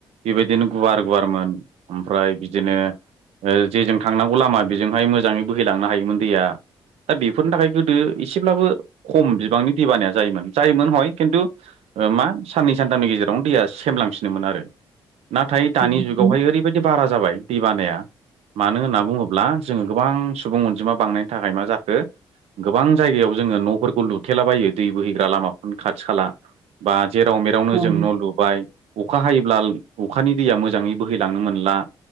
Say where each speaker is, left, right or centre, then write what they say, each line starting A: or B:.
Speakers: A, on the right (about 75°); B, on the right (about 50°).
A: बेबायदिनो गुवार गुवारमोन ओमफ्राय बिदिनो जे जों थांनांगौ लामा बेजोंहाय मोजांङै बोहैलांनो हायोमोन दैया। दा बेफोरनि थाखाय गोदो एसेब्लाबो खम बिबांनि दैबानाया जायोमोन जायोमोन हय खिन्थु मा साननै सानथामनि गेजेरावनो दैया सेमलांफिनोमोन आरो नाथाय
B: नोंथां
A: दानि जुगावहाय ओरैबायदि बारा जाबाय दै बानाया मानो होनना बुङोब्ला जोङो गोबां सुबुं अनजिमा बांनायनि थाखाय मा जाखो गोबां जायगायाव जोङो न'फोरखौ लुथेलाबायो दै बोहैग्रा लामाफोरनो खाथि खाला बा जेराव मेरावनो
B: औ नोंथां औ नोंथां औ
A: जों न' लुबाय अखा हायोब्ला अखानि दैया मोजाङै बोहैलांनो मोनला